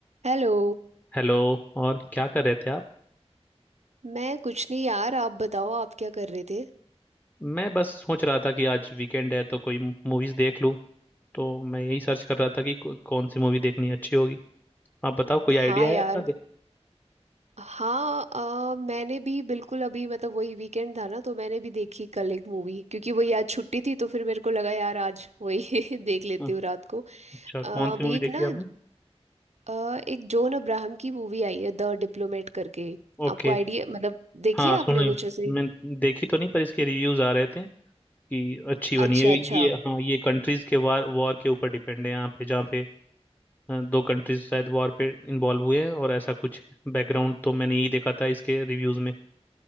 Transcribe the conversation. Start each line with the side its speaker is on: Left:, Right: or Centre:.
Right: Hello
Left: हेलो और क्या कर रहे थे आप
Right: मैं कुछ नहीं यार आप बताओ आप क्या कर रहे थे
Left: मैं बस सोच रहा था कि आज वीकेंड है तो कोई मूवीज देख लूं तो मैं यही सर्च कर रहा था कि को, कौन सी मूवी देखनी अच्छी होगी आप बताओ कोई
Right: हाँ
Left: आइडिया
Right: यार
Left: है आपका दे
Right: हाँ अ, मैंने भी बिल्कुल अभी मतलब वही वीकेंड था ना तो मैंने भी देखी कल एक मूवी क्योंकि वही आज छुट्टी थी तो फिर मेरे को लगा यार आज वही <laughs> देख लेती
Left: हाँ,
Right: हूँ रात को
Left: अच्छा
Right: अ, अभी
Left: कौन सी मूवी
Right: एक
Left: देखी
Right: ना
Left: आपने
Right: अ, एक जॉन अब्राहम की मूवी आई है द डिप्लोमेट करके
Left: ओके
Right: आपको आइडिया मतलब देखिए
Left: हाँ सुना
Right: आपने
Left: है।
Right: कुछ ऐसे
Left: मैं देखी तो नहीं पर इसके रिव्यूज आ रहे थे कि अच्छी बनी
Right: अच्छा
Left: है
Right: अच्छा
Left: ये हाँ ये कंट्रीज के वार वॉर के ऊपर डिपेंड है यहाँ पे जहाँ पे अ, दो कंट्रीज शायद वॉर पे इन्वॉल्व हुए हैं और ऐसा कुछ बैकग्राउंड तो मैंने यही देखा था इसके रिव्यूज में